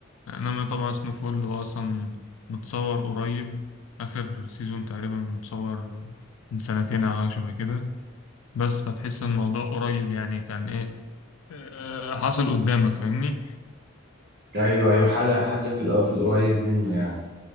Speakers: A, on the left; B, on the right.
A: انما طبعا سنوفول هو اصلا متصور قريب اخر سيزون تقريبا متصور من سنتين او حاجة شبه كده بس فتحس ان الموضوع قريب يعني كان ايه آه، حصل قدامك فاهمني
B: ايوه ايوه حاجه حاجه في الق- في القريب منه يعني